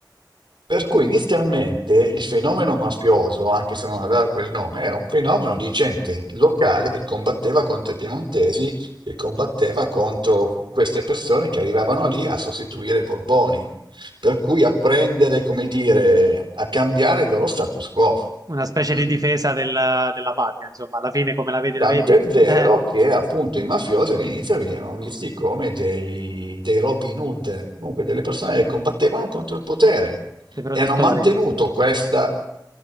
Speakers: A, on the right (about 90°); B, on the right (about 50°).
A: Per cui inizialmente il fenomeno mafioso, anche se non aveva quel nome, era un fenomeno di gente locale che combatteva contro i piemontesi, che combatteva contro queste persone che arrivavano lì a sostituire i Borboni, per cui a prendere, come dire, a cambiare il loro status quo.
B: Una specie di
A: Mm?
B: difesa del- della patria, insomma, alla fine come la vedi,
A: Tant'è
B: la vedi.
A: vero
B: Eh,
A: che appunto i mafiosi all'inizio venivano visti come dei, dei Robin Hood, comunque delle persone che combattevano contro il potere
B: dei protettori,
A: e hanno mantenuto questa,